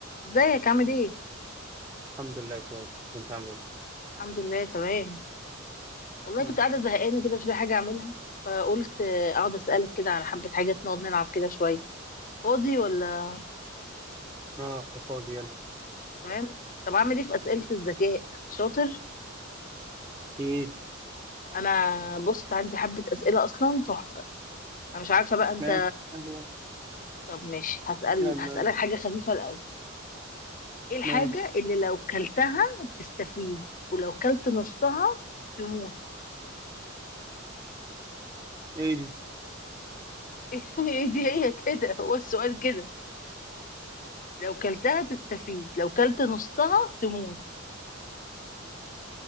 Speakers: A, on the left (about 40°); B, on the right (about 20°).
A: ازيك عامل ايه؟
B: الحمد لله كويس انت عامل ايه
A: الحمد لله تمام والله
B: تمام.
A: كنت قاعدة زهقانة كده مش لاقي حاجة أعملها فقلت آه، أقعد أسألك كده على حبة حاجات نقعد نلعب كده شوية فاضي ولا
B: اه فاضي يلا
A: تمام؟ طب أعمل ايه في أسئلة الذكاء؟ شاطر؟
B: ايد
A: أنا بص عندي حبة أسئلة أصلا تحفة أنا مش عارفة بقى أنت
B: ماشي يلا
A: طب ماشي هسأل
B: يلا يلا.
A: هسألك حاجة خفيفة الأول ايه الحاجة
B: ماشي
A: اللي لو كلتها تستفيد ولو كلت نصها تموت؟
B: ايه دي
A: <laughs> ايه دي هي كده هو السؤال كده لو كلتها تستفيد لو كلت نصها تموت